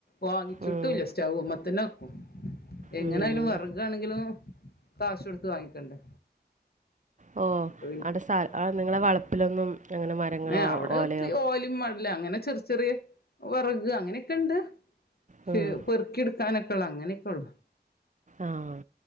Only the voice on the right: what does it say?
ഉം,
ഉം.
ഓ
അടെസ അ നിങ്ങളെ വളപ്പിലൊന്നും അങ്ങനെ മരങ്ങളോ
ഓലയോ
ഉം
ആഹ്